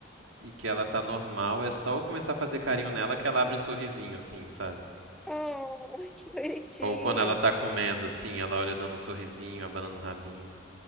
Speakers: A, on the right; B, in the centre.
A: e que ela tá normal, é só eu começar a fazer carinho nela que ela abre um sorrisinho, assim, sabe?
B: Oh, que bonitinho.
A: Ou quando ela tá comendo, assim, ela olha dando um sorrisinho, abanando o rabinho.